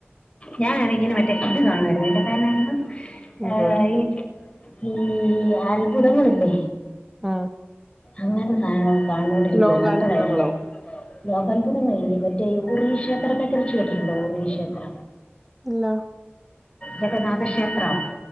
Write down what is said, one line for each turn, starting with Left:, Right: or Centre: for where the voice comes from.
Left: ഞാനാണ് ഇങ്ങനെ മറ്റേ ഇത് കാണുമായിരുന്നു. <unintelligible> ആ
Centre: എന്തോ
Left: ഈ മ്മ് അത്ഭുതങ്ങളല്ലേ?
Centre: ആഹ്.
Left: അങ്ങനെ സാധനങ്ങളൊക്കെ കാണോണ്ടിരികാരുന്നു
Centre: ലോകാത്ഭുതങ്ങളോ
Left: അപ്പഴാ ഇങ്ങനെ. ലോകാത്ഭുതങ്ങളില് നിന്ന് മറ്റേ ഉറവി ക്ഷേത്രത്തെ കുറിച്ച് കേട്ടിട്ടുണ്ടോ ഉറവി ക്ഷേത്ര.
Centre: ഇല്ല
Left: ജഗന്നാഥക്ഷേത്രവാ.